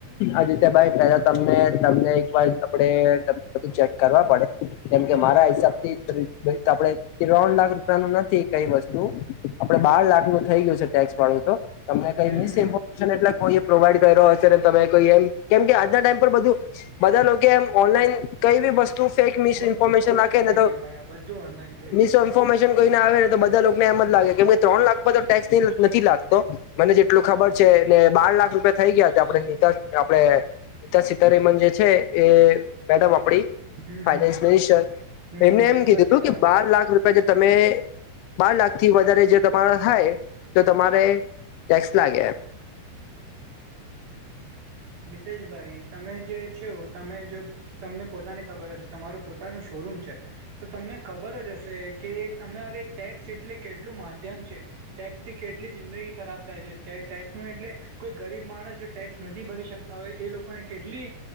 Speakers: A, on the left; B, on the right.
A: આદિત્યભાઈા તમને તમને એક વાર આપડે બ ચેક કરવા પડે કેમ કે
B: બરોબર
A: મારા હિસાબ
B: બરોબર
A: થી આપણે કે ત્રણ લાખ રૂપિયા નું નથી કઈ વસ્તુ આપડે બાર લાખ નું થઈ ગયું છે ટેક્સ વાળું તો તમને કઈ
B: હમ
A: મિસ
B: હમ
A: ઇમોશન એટલે કોઈ પ્રોવાઈડ કર્યો હશે ને તમે કોઈ એમ કેમ કે આજના ટાઈમ પર બધું બધા લોકો એમ ઓનલાઈન કઈ બી વસ્તુ તું ફેક મી
B: બધું
A: ન્ફોર્મેશન
B: ઓનલાઈન
A: લ
B: થઈ ગયું ભાઈ આ બધું ઓનલાઈન થઈ
A: મ
B: ગયું
A: ન્ફોર્મેન કોઈને આવે ને તો બધા લોકોને એમ જ લાગે કેમ ત્રણ લાખ પર તો ટેક્સ નથી લાગતી તો મને જેટલું ખબર છે ને બાર લાખ રૂપિયા થઈ ગયા આપણે તા આપણે નીતા સીતારમન જે છે એ મેડમ આપડી
B: હમ
A: ફાઈનાન્સ
B: હમ
A: મિનિસ્ટર
B: હમ
A: એમને
B: નિર્મલા
A: એમ કીધું હતું
B: સીતારમન
A: કે બાર લાખ રૂપિયા જે તમે બાર લાખ થી વધારે જો તમારા થાય તો તમારે ટેક્સ લાગે
B: તેજભાઈ તમે જે છો તમે જો તમને પોતાને ખબર હશે તમારું પોતાનું શોરૂમ છે તો તમને ખબર જ હશે કે તમારે ટેક્સ એટલે કેટલું માધ્યમ છે ટેક્સ કેટલી જિંદગી ખરાબ થાય છે ટેક્સ નો એટલે કોઈ ગરીબ માણસ ટેક્સ નથી ભરી શકતા હોય એ લોકોને કેટલી